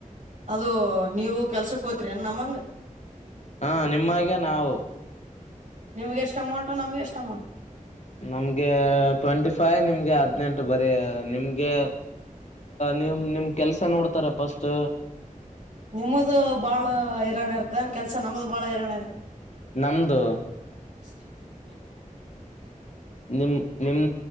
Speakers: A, on the right; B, on the left.
A: ಅದು ನೀವು ಕೆಲ್ಸಕ್ಕ ಹೋತ್ರಿನ್ ನಮ್ಮಂಗ
B: ಹಾ ನಿಮ್ಮಾಗ ನಾವು
A: ನಿಮ್ಗೆ ಎಷ್ಟು ಅಮೌಂಟ್ ನಮ್ಗೆ ಎಷ್ಟು ಅಮೌಂಟ್
B: ನಮ್ಗೆ ಟ್ವೆಂಟಿ ಫೈವ್ ನಿಮ್ಗೆ ಹದ್ನೆಂಟು ಅ ಬರಿ ನಿಮ್ಗೆ ನಿಮ್ ನಿಮ್ ಕೆಲ್ಸ ನೋಡ್ತಾರ ಪಫಸ್ಟ್
A: ನಿಮ್ಮದು ಭಾಳ ಹಿರಣ್ಯ ಇರ್ತನ್ ಕೆಲ್ಸ ನಮ್ಮದು ಭಾಳ ಹಿರಣ್ಯ ಇರ್ತ
B: ನಮ್ಮದು
A: <inaudible>
B: ನಿಮ ನಿಮ